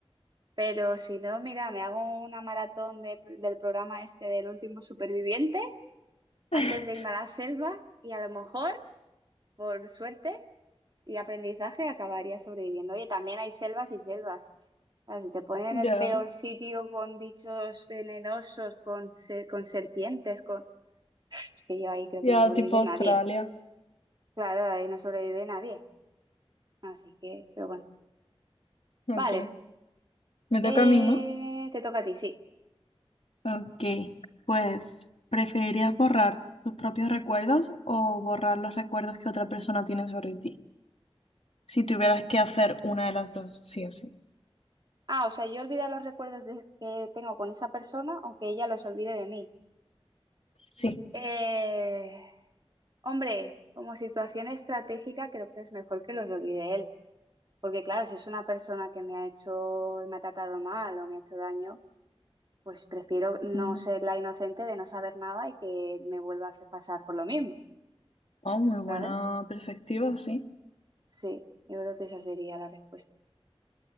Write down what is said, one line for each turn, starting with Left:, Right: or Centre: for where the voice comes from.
Right: pero si no, mira, me hago una maratón de- del programa este del último superviviente
Left: <laughs>
Right: antes de irme a la selva y a lo mejor, por suerte y aprendizaje, acabaría sobreviviendo. Oye, también hay selvas y selvas. Claro, si te ponen
Left: Ya,
Right: en el peor sitio con bichos venenosos, con, se- con serpientes, con... Es que yo ahí creo que
Left: ya
Right: no sobrevive
Left: tipo Australia.
Right: nadie. Claro, ahí no sobrevive nadie. Así que, pero bueno.
Left: Ok.
Right: Vale,
Left: Me toca
Right: Eh,
Left: a mí, ¿no?
Right: te toca a ti, sí.
Left: Ok, pues, ¿preferirías borrar tus propios recuerdos o borrar los recuerdos que otra persona tiene sobre ti? Si tuvieras que hacer una de las dos, sí o sí.
Right: Ah, o sea, yo olvidar los recuerdos de- que tengo con esa persona, aunque ella los olvide de mí.
Left: Sí,
Right: Eh, hombre, como situación estratégica, creo que es mejor que los olvide él. Porque claro, si es una persona que me ha hecho, me ha tratado mal o me ha hecho daño, pues prefiero no
Left: Mm.
Right: ser la inocente de no saber nada y que me vuelva a hacer pasar por lo mismo,
Left: Oh, muy
Right: ¿sabes?
Left: buena perspectiva, sí.
Right: Sí, yo creo que esa sería la respuesta.